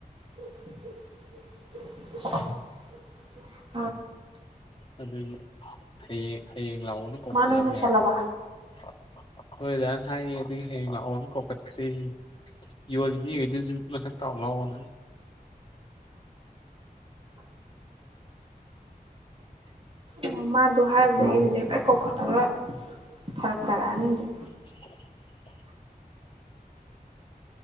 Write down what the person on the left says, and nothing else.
ꯑꯗꯨꯒꯤ ꯍꯌꯦꯡ ꯍꯌꯦꯡ ꯂꯥꯛꯑꯣꯅ ꯀꯧꯈꯠꯂꯝꯃꯦ
ꯍꯥꯏꯕꯅꯤ <unintelligible> ꯍꯥꯏꯌꯦ ꯑꯗꯨꯒꯤ ꯍꯌꯦꯡ ꯂꯥꯛꯑꯣꯅ ꯀꯧꯀꯠꯈ꯭ꯔꯦꯌꯦ ꯌꯣꯜꯂꯤ ꯃꯤꯒꯩꯗꯨꯖꯨ ꯃꯁꯛ ꯇꯥꯛꯑꯣ ꯂꯥꯛꯑꯣꯅ
<inaudible>